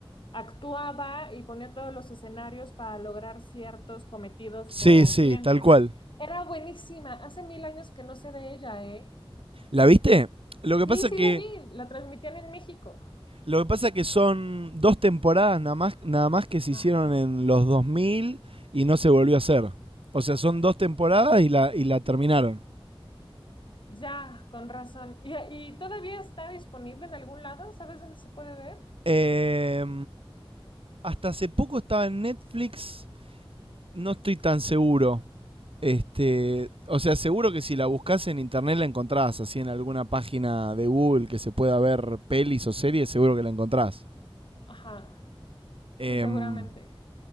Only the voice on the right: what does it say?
Sí,
sí,
tal cual.
¿La viste? Lo que
pasa es
que
lo que pasa es que son dos temporadas nada más, nada más que se
hicieron en los 2000 y no se volvió a hacer. O sea, son dos temporadas y la, y la terminaron.
Eh, hasta hace poco estaba en Netflix, no estoy tan seguro. Este, o sea, seguro que si la buscas en internet la encontrás, así en alguna página de Google que se pueda ver pelis o series, seguro que la encontrás.
Em,